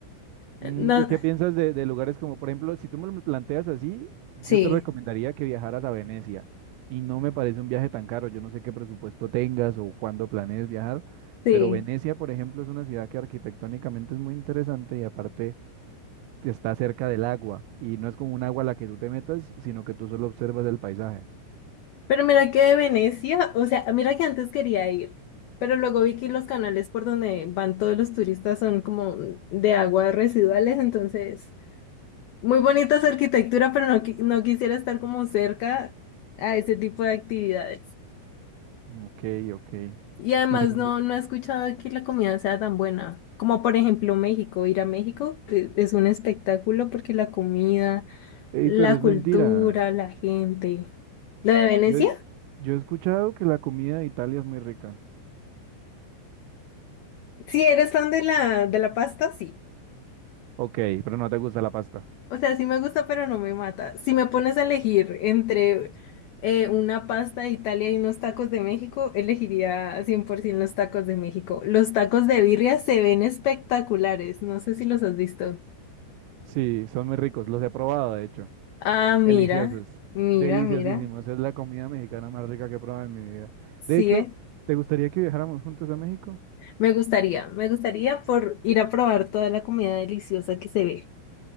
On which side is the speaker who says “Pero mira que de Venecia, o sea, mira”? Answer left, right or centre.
Left